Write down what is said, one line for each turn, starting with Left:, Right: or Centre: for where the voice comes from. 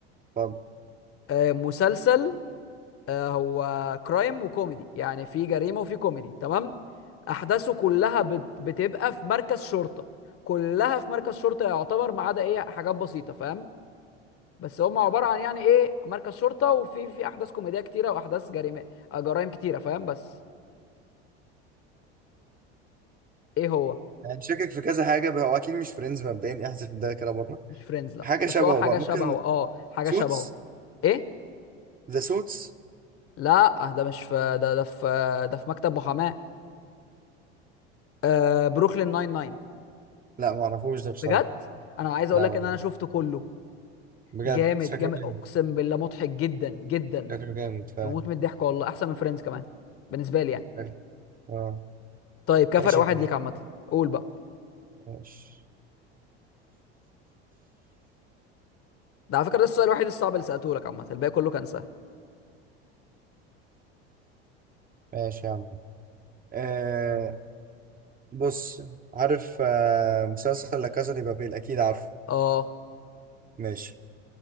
Right: اتفضل.
Left: أم، مسلسل آه، هو كرايم وكوميدي يعني في جريمه وفي كوميدي تمام احداثه كلها بت- بتبقى في مركز شرطه كلها في مركز شرطه يعتبر ما عدا ايه حاجات بسيطه فاهم بس هم عباره عن يعني ايه مركز شرطه وفي في احداث كوميديه كتيره واحداث جريمه آه، جرائم كتيره فاهم بس ايه هو
Right: يعني شاكك في كذا حاجة بقى، هو أكيد مش فريندز مبدئيا احذف ده كده بره
Left: مش فريندز لا
Right: حاجة
Left: بس
Right: شبهه
Left: هو حاجه
Right: بقى ممكن
Left: شبهه اه حاجه
Right: سوتس
Left: شبهه ايه
Right: ذا سوتس
Left: لا ده مش في ده ده في ده في مكتب محاماه آه، بروكلين 99
Right: لا ما اعرفوش ده بصراحة
Left: بجد انا عايز اقول
Right: لا
Left: لك
Right: معرفوش.
Left: ان انا شفته كله
Right: بجد
Left: جامد
Right: شكله
Left: جامد
Right: جامد
Left: اقسم بالله مضحك جدا جدا
Right: شكله جامد فعلا
Left: تموت من الضحك والله احسن من فريندز كمان بالنسبه لي يعني
Right: شكله- اه
Left: طيب كفرق
Right: ماشي
Left: واحد
Right: يا عم.
Left: ليك عامه قول بقى
Right: ماشي
Left: ده على فكره ده السؤال الوحيد الصعب اللي سالته لك عامه الباقي كله كان سهل
Right: ماشي يا عم آه بص عارف آه مسلسل لا كاسا دي بابيل أكيد عارفه
Left: اه
Right: ماشي